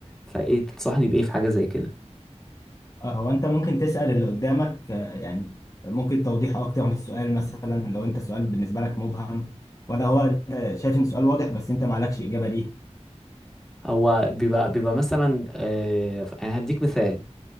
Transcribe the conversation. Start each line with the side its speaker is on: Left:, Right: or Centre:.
Centre: فايه تنصحني بايه في حاجة زي كده
Left: اه، هو انت ممكن تسأل اللي قدامك آه، يعني ممكن توضيح اكتر في السؤال مثلا لو انت السؤال بالنسبة لك مبهم ولا هو انت شايف ان السؤال واضح بس انت معلكش إجابة ليه
Centre: هو بيبقى بيبقى مثلا آه، يعني هديك مثال